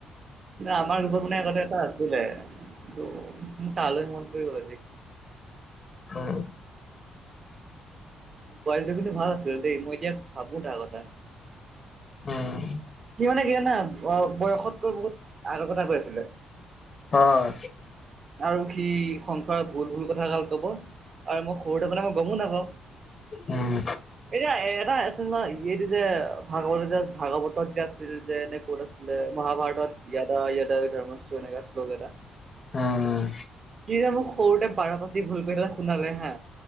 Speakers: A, on the right; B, on the left.
A: আমাৰ বিপত মানে আগতে এটা আছিলে। ম, তালৈ মন কৰিব। <inaudible>
B: অ।
A: পোৱালিটো কিন্তু ভাল আছিল দেই। মই এতিয়া ভাবো। তাৰ কথা।
B: উম।
A: সি মানে কি জানা বয়সতকৈ বহুত আগৰ কথা কৈ আছিলে।
B: হয়
A: আৰু সি সংসাৰত ভুল - ভুল কথা গাল কব। আৰু মই সৰুতে থাকে মই গমো নাপাওঁ।
B: উম
A: এতিয়া এটা নহয় ইটো যে ভাগৱত যে ভাগৱতত যে আছিল যে, ক'ত আছিলে মহাভাৰতত। ইয়াদা -ইয়াদা ধৰ্মচ এনেকোৱা শ্লেক এটা।
B: উম। উম
A: সি যে মোক সৰুতে পাৰা পাচিত ভুল শুনালে হা।